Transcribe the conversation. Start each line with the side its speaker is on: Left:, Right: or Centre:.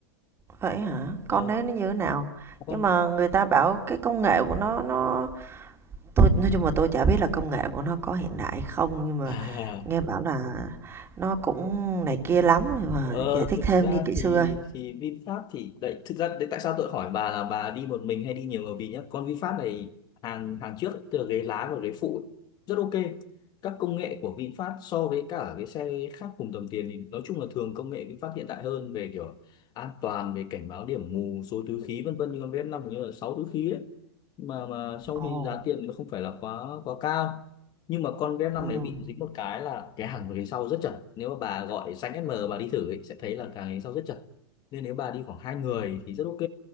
Right: Vậy hả?
Left: Ờ,
Right: Con đấy nó như thế nào?
Left: con
Right: Nhưng mà người ta bảo cái công nghệ của nó nó Tôi nói chung là tôi chả biết là công nghệ của nó có hiện đại không, nhưng mà
Left: <laughs>
Right: nghe bảo là nó cũng này kia lắm, nhưng mà
Left: Ờ,
Right: giải thích
Left: thực
Right: thêm
Left: ra
Right: đi kỹ
Left: thì
Right: sư ơi.
Left: thì VinFast thì đấy thực ra đấy tại sao tôi hỏi bà là bà đi một mình hay đi nhiều người vì nhá con VinFast này hàng hàng trước ấy, từ là ghế lái và ghế phụ ấy, rất ok các công nghệ của VinFast so với cả cái xe khác cùng tầm tiền thì nói chung là thường công nghệ VinFast hiện đại hơn về kiểu an toàn về cảnh báo điểm mù số túi khí vân vân như con vf năm hình như là 6 túi khí ấy mà mà trong
Right: Ồ,
Left: khi giá tiền nó không phải là quá quá cao nhưng mà con bf năm
Right: ừm,
Left: này bị dính một cái là cái hàng ghế sau rất chật nếu mà bà gọi xanh SM bà đi thử ấy, sẽ thấy là cái ghế sau rất chật nên nếu bà đi khoảng hai người thì rất ok